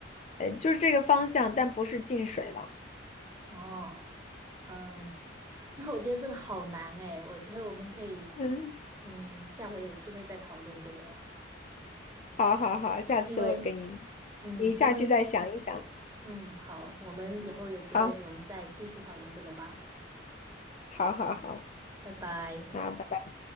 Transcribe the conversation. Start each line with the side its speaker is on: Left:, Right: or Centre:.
Left: 呃，就是这个方向，但不是进水了。
Right: 哦，嗯，那我觉得这个好难诶，我觉得我们可以，
Left: 嗯，
Right: 嗯，下回有机会再讨论这个，
Left: 好好好，下次我给你，
Right: 因为，嗯，
Left: 你下去再想一想。
Right: 因为，嗯，好，我们以后有机会我们再继续讨论这个吧，
Left: 好，好，好，好，
Right: 拜拜。
Left: 那拜拜。